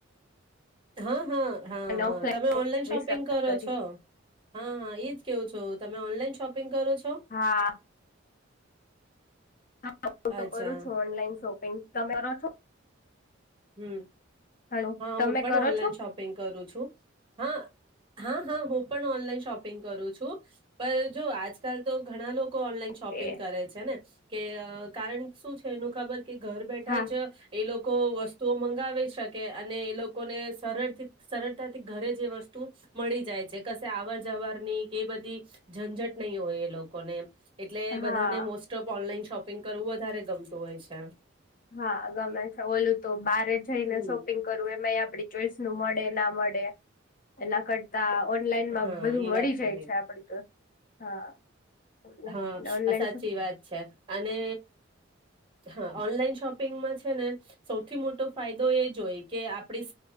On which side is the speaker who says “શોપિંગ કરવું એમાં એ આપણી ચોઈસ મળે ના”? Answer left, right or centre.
Left